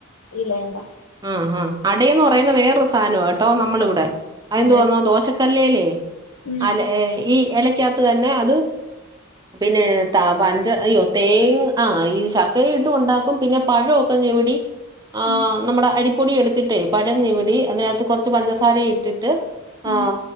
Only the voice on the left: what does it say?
ഇലയടാ
അതെ
ഉം
ഉം
ഉം